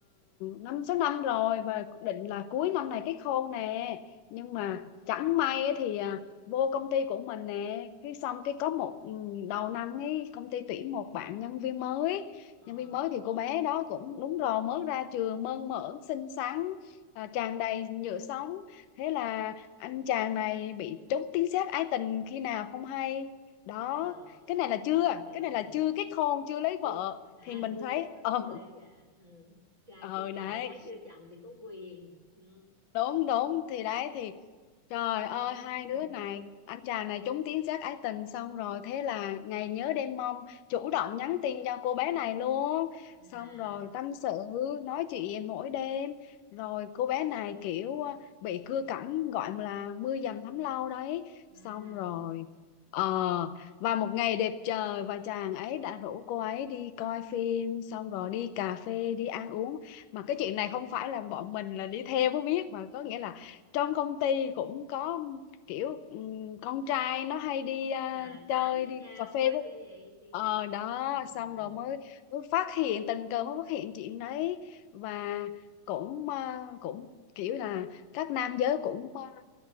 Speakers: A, on the left; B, on the right.
A: năm sáu năm rồi và định là cuối năm này kết hôn nè nhưng mà chẳng may ấy thì à, vô công ty của mình nè cái xong cái có một ừ, đầu năm ấy công ty tuyển một bạn nhân viên mới
B: ờ
A: nhân viên mới thì cô bé đó cũng đúng rồi mới ra trường mơn mởn xinh xắn à, tràn đầy nhựa sống Thế là anh chàng này bị trúng tiếng sét ái tình khi nào không hay. Đó,
B: trời
A: cái này là chưa,
B: ơi
A: cái này là chưa kết hôn, chưa lấy
B: chưa
A: vợ
B: à
A: thì mình
B: chưa
A: thấy
B: kết hôn
A: ờ
B: chưa lê dạ ừ. trai
A: ờ
B: chưa vợ
A: đấy
B: gái chưa chồng thì có quyền ừ.
A: đúng đúng thì đấy thì trời
B: <laughs>
A: ơi hai đứa này anh chàng này trúng tiếng giác ái tình xong rồi thế là ngày nhớ đêm mong chủ động nhắn tin cho cô bé này luôn
B: à
A: xong rồi tâm sự nói chuyện mỗi đêm rồi cô bé này kiểu ờ, bị cưa cẩm gọi là mưa dầm thấm lâu đấy
B: à
A: xong rồi ờ và một ngày đẹp trời và chàng ấy đã rủ cô ấy đi coi phim xong rồi đi cà phê đi ăn uống mà cái chuyện này không phải là bọn mình là đi theo mới biết mà có nghĩa là trong công ty cũng có kiểu ừm, con trai nó hay đi à,
B: à tám
A: chơi
B: với
A: đi
B: nhau
A: cà phê
B: á
A: với
B: chứ gì thì
A: ờ đó
B: ừ.
A: xong rồi mới mới phát hiện tình cờ mới phát hiện chuyện đấy và cũng à, cũng kiểu là các nam giới cũng à,